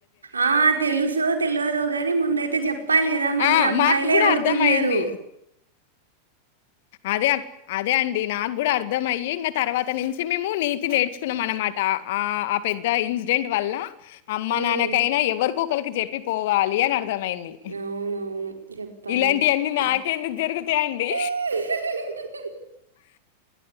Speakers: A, on the right; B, on the left.
A: ఆ తెలుసో తెలియదో గాని ముందయితే చెప్పాలి గదా మళ్ళీ
B: ఆ!
A: అమ్మాయిలే
B: మాకు గూడా
A: పొతున్
B: అర్థమయింది.
A: న్నరు
B: అదే అదే అండి నాకు గూడా అర్థమయ్యి ఇంగ తర్వాత నుంచి మేము నీతి నేర్చుకున్నాం అనమాట ఆ ఆ పెద్ద ఇన్సిడెంట్ వల్ల అమ్మ
A: ఉమ్,
B: నాన్నకైనా ఎవరికో ఒకలకి చెప్పి పోవాలి అని అర్థమైంది
A: అవునవును చెప్పాలి
B: ఇలాంటియన్నీ నాకెందుకు
A: ఊ
B: జరుగుతాయండి.
A: హుహుహు